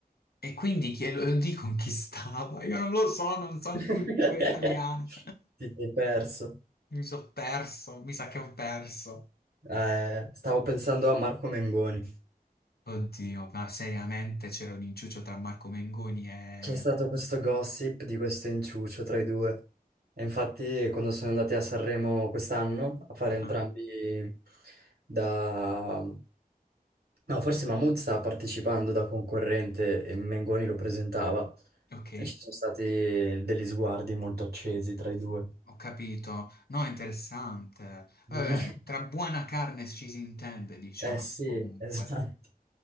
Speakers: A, on the left; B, on the right.
A: E quindi chi Elodie conquistava? Io non lo so, non so
B: <laughs>
A: di cultura italiana.
B: Ti sei perso.
A: Mi sono perso, mi sa che ho perso.
B: Eh, stavo pensando a Marco Mengoni.
A: Oddio, ma seriamente c'era un inciucio tra Marco Mengoni e...
B: C'è stato questo gossip di questo inciucio tra i due. E infatti, quando sono andati a Sanremo quest'anno a fare
A: Ah,
B: entrambi da No, forse Mahmood stava partecipando da concorrente e Mengoni lo presentava
A: ah, ok,
B: e ci sono stati degli sguardi molto accesi tra i due.
A: ho capito. No, è interessante. Vabbè,
B: Mm. <laughs>
A: tra buona carne ci si intende, diciamo,
B: Eh sì,
A: comunque.
B: esatto,